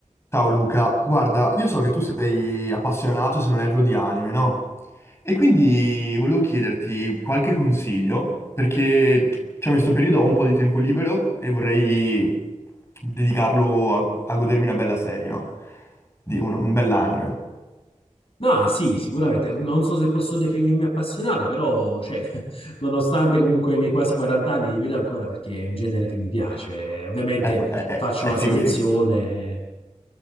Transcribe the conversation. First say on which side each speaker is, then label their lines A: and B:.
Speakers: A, on the left (about 20°); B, on the left (about 45°).
A: Ciao Luca, guarda, io so che tu sei appassionato, se non erro, di anime, no? E quindi volevo chiederti qualche consiglio, perché diciamo, in questo periodo ho un po' di tempo libero e vorrei dedicarlo a, a godermi una bella serie, no? Di un, un bell'anime.
B: No, sì, sicuramente. Non so se posso definirmi appassionato, però, cioè, <laughs> nonostante comunque i miei quasi 40 anni, li vedo ancora perché è un genere che mi piace. Ovviamente
A: È, pro- è, è-
B: faccio
A: è
B: una
A: figo
B: selezione.
A: figo.